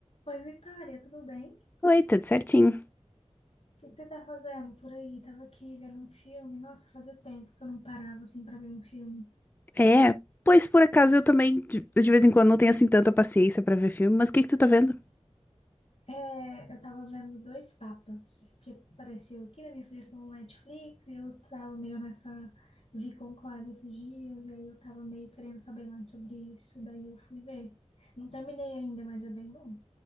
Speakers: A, on the left; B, on the left.
A: Oi, Vitória, tudo bem? O
B: Oi, tudo certinho?
A: que que você tá fazendo por aí? Tava aqui vendo um filme. Nossa, fazia tempo que eu não parava assim pra ver um filme.
B: É, pois por acaso eu também de, de vez em quando não tenho assim tanta paciência pra ver filme, mas o que que tu tá vendo?
A: É, eu tava vendo Dois Papas, que apareceu aqui na minha sugestão no Netflix, e eu tava meio nessa vi conclave esses dias, e aí eu tava meio querendo saber mais sobre isso, daí eu fui ver. Não terminei ainda, mas é bem bom.